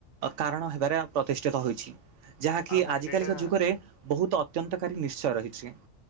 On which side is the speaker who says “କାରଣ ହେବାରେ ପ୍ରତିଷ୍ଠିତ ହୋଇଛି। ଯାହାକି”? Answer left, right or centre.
Right